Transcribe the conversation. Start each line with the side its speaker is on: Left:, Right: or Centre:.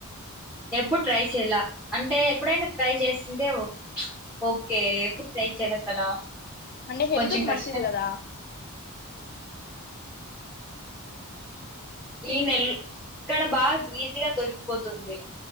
Centre: ఎప్పుడు ట్రై చెయలే అంటే ఎప్పుడైనా ట్రై చేసిందే ఓకే ఎప్పుడు ట్రై చెయ్యలే కదా
Left: అంటే హెల్త్
Centre: కొంచెం
Left: కు
Centre: కష్టం
Left: మంచిది కదా
Centre: ఈ నెల ఇక్కడ బాగా ఈజీగా దొరికిపోతుంది